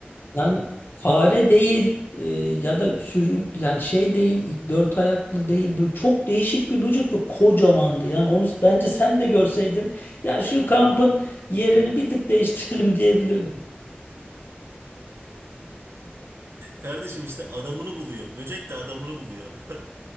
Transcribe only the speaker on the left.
Yani fare değil e, ya da sürün yani şey değil ilk dört ayaklı değil böyle çok değişik bir böcek ve kocamandı. Yani onu bence sen de görseydin ya şu kampın yerini bir tık değiştirelim <laughs> diyebilirdim